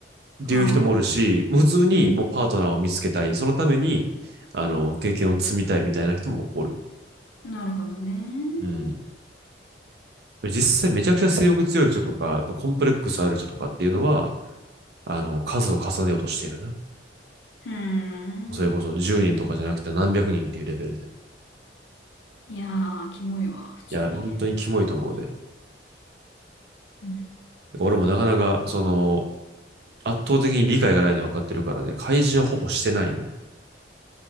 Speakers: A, on the right (about 60°); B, on the left (about 75°).
A: うっていう人もおるし、
B: はあ、
A: 普通にもうパートナーを見つけたい、
B: うん。
A: そのために、あの、経験を積みたいみたいな人もおる。
B: なるほどね。
A: うん。実際めちゃくちゃ性欲強い人とか、コンプレックスある人とかっていうのは、あの、数を重ねようとしてるな。
B: うーん。
A: それこそ10人とかじゃなくて何百人っていうレベルで。
B: いやー、キモいわ、普通に。
A: いや、本当にキモいと思うで。
B: うん。
A: 俺もなかなか、その、圧倒的に理解がないのは分かってるからね、開示はほぼしてないな。